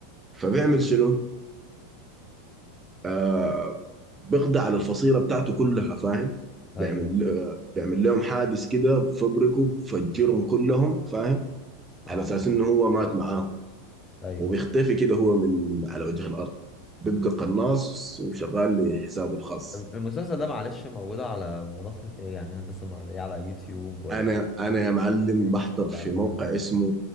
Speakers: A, on the right; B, on the left.
A: فبيعمل شنو آه بيقضي على الفصيلة بتاعته كلها فاهم
B: ايوه
A: بيعمل آه بيعمل لهم حادث كده بفبركه بفجرهم كلهم فاهم
B: اه
A: على اساس انه هو مات معاه
B: ايوه
A: وبيختفي كده هو من من على وجه الارض بيبقى قناص وشغال لحسابه الخاص
B: المسلسل ده معلش موجود على منصة ايه يعني هل بس مع- إيه على يوتيوب ولا
A: انا
B: على
A: انا يا معلم
B: نتفليكس
A: بحضر
B: ولا
A: في
B: على ايه
A: موقع
B: بالظبط
A: اسمه